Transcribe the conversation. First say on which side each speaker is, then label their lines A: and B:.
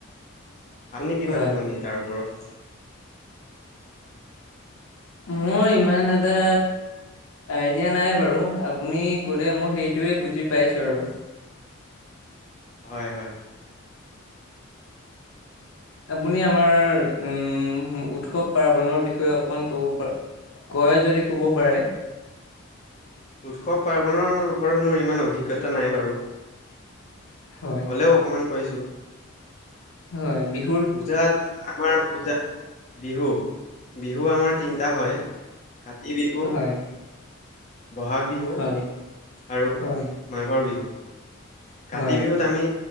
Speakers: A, on the left (about 35°); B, on the left (about 75°).
A: আপুনি কিবা
B: হয়
A: ক'ব নেকি তাৰ ওপৰত?
B: মই ইমান এটা আইডিয়া নাই বাৰু। আপুনি কলে মই সেইটোয়ে বুজি পাইছোঁ আৰু।
A: হয়, হয়।
B: আপুনি আমাৰ উম, উৎসৱ পাৰ্বনৰ বিষয়ে অকমান ক'ব পাৰ কয় যদি ক'ব পাৰে।
A: উৎসৱ পাৰ্বণৰ ওপৰত মোৰ ইমান অভিজ্ঞতা নাই বাৰু।
B: হয়।
A: হ'লেও অকণমান কৈছোঁ।
B: হয়, বিহু
A: পূজাত আমাৰ পূজা। বিহু, বিহু আমাৰ তিনিটা হয়। কাতি বিহু,
B: হয়
A: বহাগ বিহু
B: হয়
A: আৰু
B: হয়
A: মাঘৰ বিহু। কাতি
B: হয়,
A: বিহুত আমি